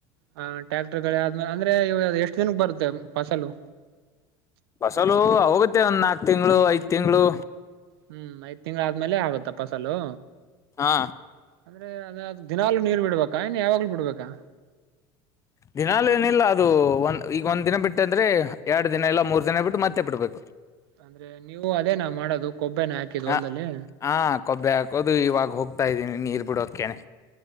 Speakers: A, on the right; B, on the left.
A: ಹ ಟ್ಯಾಕ್ಟರ್ ಗಳೆ ಆದ್ಮಲೆ ಅಂದ್ರೆ ಇವಗ ಎಷ್ಟ ದಿನಕ್ಕ ಬರುತ್ತೆ ಫಸಲು.
B: ಫಸಲು ಹೋಗುತ್ತೆ ಒಂದ ನಾಕ್ ತಿಂಗಳು ಐದ ತಿಂಗಳು.
A: ಹ್ಮ ಐದ ತಿಂಗ್ಗಳಾದ್ಮೇಲೆ ಆಗುತ್ತ ಫಸಲು.
B: ಹಾ
A: ಅಂದ್ರೆ ಅದ ದಿನಾಲು ನೀರ್ ಬಿಡ್ಬೇಕಾ ಇನ್ನು ಯಾವಾಗ್ಲು ಬಿಡ್ಬೇಕಾ.
B: ದಿನಾಲ ಏನಿಲ್ಲ ಅದು ಒಂದ ಈಗ ಒಂದ್ ದಿನ ಬಿಟ್ಟ ಅಂದ್ರೆ ಎರಡು ದಿನ ಇಲ್ಲ ಮೂರ್ ದಿನ ಬಿಟ್ಟು ಮತ್ತೆ ಬಿಡ್ಬೇಕ.
A: ಅಂದ್ರೆ ನೀವು ಅದೇನ ಮಾಡೋದು ಕೊಬ್ಬೆನ ಹಾಕಿದು
B: ಹ
A: ಹೊಲ್ದಲ್ಲಿ.
B: ಹಾ ಕೊಬ್ಬೆ ಹಾಕೋದು ಇವಾಗ ಹೋಗ್ತಾ ಇದ್ದೀನಿ ನೀರ್ ಬಿಡೋಕ್ಕೇನೆ